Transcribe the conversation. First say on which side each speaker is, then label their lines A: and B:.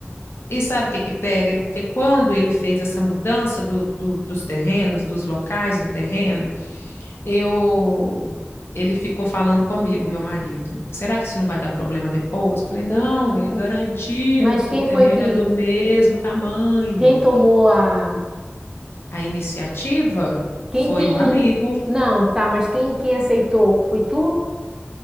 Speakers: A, on the left; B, on the right.
A: E sabe o que que pega? É porque quando ele fez essa mudança do, do- dos terrenos, dos locais do terreno, eu ele ficou falando comigo, meu marido. Será que isso não vai dar problema depois? Eu falei, não,
B: Hum.
A: ele garantiu
B: Mas
A: que
B: quem
A: o terreno
B: foi que
A: é do mesmo tamanho.
B: quem tomou a
A: A iniciativa
B: Quem,
A: foi
B: quem...
A: o amigo,
B: Não, tá, mas quem, quem aceitou? Foi tu?